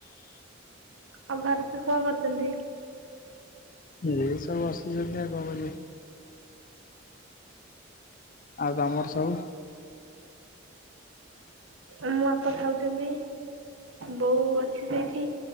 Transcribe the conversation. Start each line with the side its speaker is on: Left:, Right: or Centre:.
Right: ଆଉ ଘରେ ସବୁ କଣ କରୁଛନ୍ତି?
Left: ଏ ସବୁ ବସିଛନ୍ତି ଆଉ କଣ କରିବେ। ଆଉ ତମର ସବୁ?
Right: ମୋ ବାପା ଖାଉଛନ୍ତି, ବୋଉ ଅଛି ସେଇଠି,